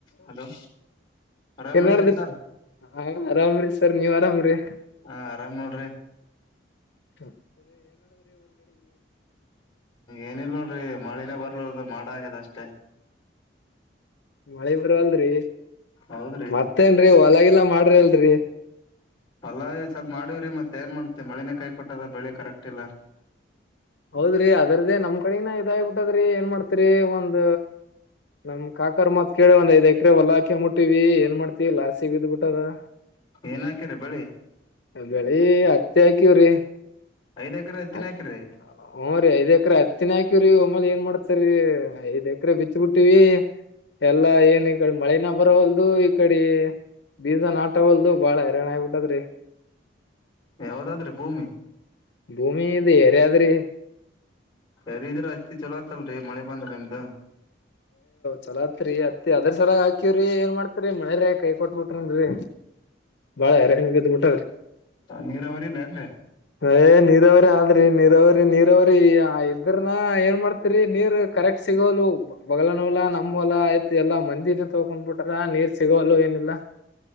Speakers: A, on the left (about 25°); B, on the left (about 65°).
A: Hello ರೇಮನ್
B: ಏನ್ಡದ್ರಿ
A: ರೀ ಸರ್
B: ಹ ಆರಾಮ್ರಿ ಸರ್ ನೀವ್ ಆರಾಮ್ರಿ
A: ಹಾ ಆರಾಮ್ ನೋಡ್ರಿ
B: ಹ್ಮ
A: ಏನಿಲ್ಲ ನೋಡ್ರಿ ಮಳಿನ ಬ ಮಾಡಗ್ಯದ ಅಷ್ಟೇ
B: ಮಳೆ ಬರ್ವಲ್ರರಿ
A: ಹೌದ್ರಿ
B: ಮತ್ತೇನ್ರಿ ಹೊಲಗಲ್ಲಾ ಮಾಡ್ರಿ ಅಲ್ರರಿ
A: ಅಲ್ಲ ಸ್ವಲ್ಪ ಮಾಡಿವವ್ರಿ ಮತ್ತೆ ಏನ್ ಮಾಡ್ತಿ ಮಳನೇ ಕೈಿ ಕೊಟ್ಟದ ಬೆಳಿ ಕರೆಕ್ಟ್ ಇಲ್ಲ
B: ಹೌದ್ರಿ ಅದ್ರ್ದೇ ನಮ್ ಕಡಿನ ಇದಾಗಬಿಟ್ಟದ್ರಿ ಏನ್ ಮಾಡಾ್ತರಿ ಒಂದ ನಮ್ ಕಾಕರ್ ಮತ್ ಕೇಳಿವಂದ ಇದೆ ಎಕರೆೆಲ್ಲಾಕೆ ಮುಟ್ಟಿ ವಿ ಏನ್ ಮಾಡ್ತೀವಿ ಲಾಸ್ ಸಿಗಿದ್ ಬಿಿಟ್ಟ ಅದ
A: ಏನ್ ಹಾಕಿರಿ ಬೆಳಿ
B: ಬೆಳಿ ಹತ್ತ ಆಕವ್ರೀ
A: ಐದ್ ಎಕರೆ ಹತ್ತಿನ
B: ಹತ್
A: ಹಾಕಿರಿ
B: ಹ್ ರೀ ಐದ್ ಎಕ್ರ ಹತ್ತಿನಕಿ ಹಕ್ಕ್ರರಿ ಒಮ್ಮಲ್ ಏನ್ ಮಾಡ್ತರಿೀ ಐದ್ ಎಕರೆ ಬಿಚ್ ಬಿಟ್ಟಿವಿ ಎಲ್ಲಾ ಏನ್ ಈ ಕಡೆ ಮಳೆನ ಬರೋವಲ್ದು ಈ ಕಡೆ ಬೀಜ ನಾಟ ಟ್ಟವಲ್ದು ಬಾಳ ಹರಾಣ ಆಗಬಿಟ್ಟದ್ರಿ
A: ಯಾವ್ದಾದ್ರಿ
B: <inaudible>
A: ಭೂಮಿ
B: ಭೂಮಿದು ಏರಿಾದ್ರಿ
A: ಬರ ಇದಿದ್ರ ಅತ್ತಿ ಚಲೋ ಆತ್ತಲ್ರರಿ ಮಳೆ ಬಂದ್ರ ನಿಮ್ದು
B: ಚಲಾತ್ರಿ ಅದ್ರ ಸಲ ಹಾಕಿವವ್ರಿ ಏನ್ ಮಾಡ್ತರಿ ಮಳ ರ ಕೈಿ ಕೊಟ್ ಬಿಿಟ್ರನ್ರೀ ಬಾಳ ಎರ್ಯ ಬದ್ ಬಿಿಿ
A: ನೀರಾವರಿ ಇಲ್ಲ ಅರಿ
B: ಯ ನೀರವರಿ ಆದ್ರಿ ನೀರಾವರಿ ನೀರವರಿ ಇದ್ರನ ಏನ್ ಮಾಡ ರಿ ನೀರ್ ಕರೆಕ್ಟ್ ಸಿಗೋಲು ಬಲ ನಲ್ಲಾ ನಮ್ಮ್ವಲ ಆಯ್ತು ಎಲ್ಲಾ ಮಂದಿನ ತಕೊಂಡ್ಬಿಟಲ್ಲ ನೀರ್ ಸಿಗೋಲ್ಲ ಏನಿಲ್ಲ